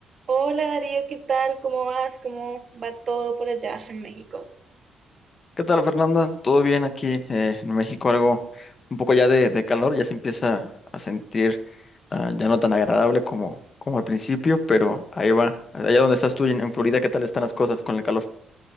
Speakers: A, on the right; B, on the left.
A: Hola Darío, ¿qué tal? ¿Cómo vas? ¿Cómo va todo por allá en México?
B: ¿Qué tal, Fernanda? ¿Todo bien aquí eh, en México? Algo un poco ya de, de calor, ya se empieza a sentir ah, ya no tan agradable como, como al principio, pero ahí va. Allá donde estás tú en, en Florida, ¿qué tal están las cosas con el calor?